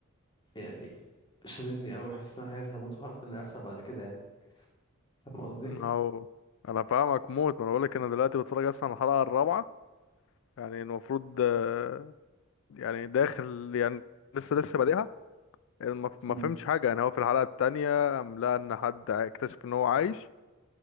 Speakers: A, on the left; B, on the left.
A: يعني شددني قوي حسيت ان انا عايز هموت وهعرف ايه اللي هيحصل بعد كده يعني فاهم قصدي؟
B: اهو انا فاهمك موت ما انا بقولك انا دلوقتي بتفرج اصلا على الحلقة الرابعة يعني المفروض آه، يعني داخل يعني لسه لسه بادئها ما ما
A: مم.
B: فهمتش حاجة يعني هو في الحلقة التانية قام لقى ان حد ع- اكتشف ان هو عايش